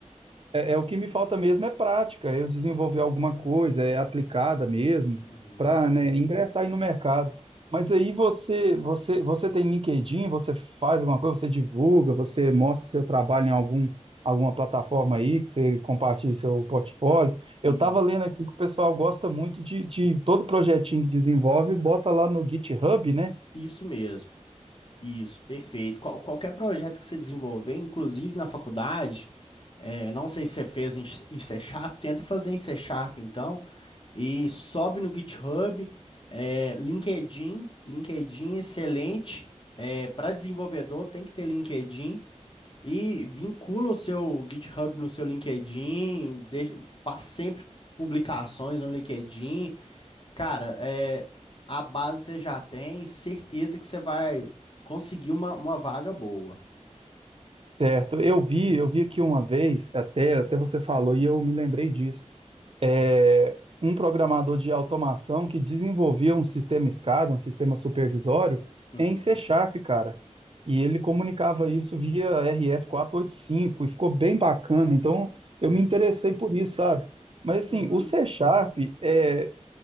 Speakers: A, on the right; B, on the left.
A: É, é o que me falta mesmo é prática, é eu desenvolver alguma coisa, é aplicada mesmo,
B: uhum.
A: para, ingressar aí no mercado. Mas aí você, você, você tem LinkedIn, você faz alguma coisa, você divulga, você mostra seu trabalho em algum, alguma plataforma aí, que você compartilha seu portfólio. Eu
B: Isso.
A: estava lendo aqui que o pessoal gosta muito de, de todo projetinho que desenvolve, bota lá no GitHub, né?
B: Isso mesmo. Isso, perfeito. Qual- qualquer projeto que você desenvolver, inclusive na faculdade, é, não sei se você fez em, em C Sharp, tenta fazer em C Sharp, então, e sobe no GitHub, é, LinkedIn, LinkedIn é excelente. para desenvolvedor tem que ter LinkedIn. E vincula o seu GitHub no seu LinkedIn, deixa, faz sempre publicações no LinkedIn. Cara, é, a base você já tem, certeza que você vai conseguir uma, uma vaga boa.
A: Certo, eu vi, eu vi aqui uma vez, até, até você falou e eu me lembrei disso. É, um programador de automação que desenvolvia um sistema SCADA, um sistema supervisório,
B: Uhum.
A: em C Sharp, cara. E ele comunicava isso via RS485 e oitenta e cinco e ficou bem bacana. Então
B: Sim.
A: eu me interessei por isso, sabe? Mas assim,
B: Uhum.
A: o C Sharp, é,